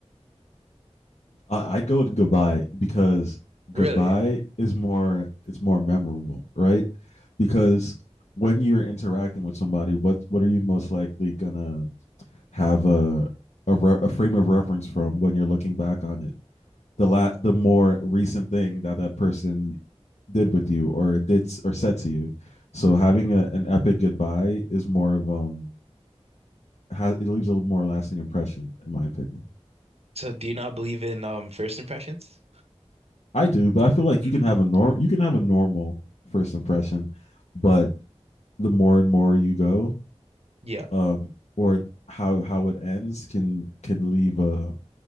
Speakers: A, on the left; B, on the right.
A: I, I'd go to goodbye because goodbye
B: Really?
A: is more it's more memorable, right? Because when you're interacting with somebody, what what are you most likely gonna have a a, re- a frame of reference from when you're looking back on it. The la- the more recent thing that that person did with you or did or said to you. So having
B: hmm
A: a, an epic goodbye is more of um ha- it leaves a more lasting impression in my opinion.
B: So do you not believe in um first impressions?
A: I do, but I feel like
B: hmm
A: you can have a norm you can have a normal first impression, but the more and more you go,
B: Yeah,
A: um, or how how it ends can can leave a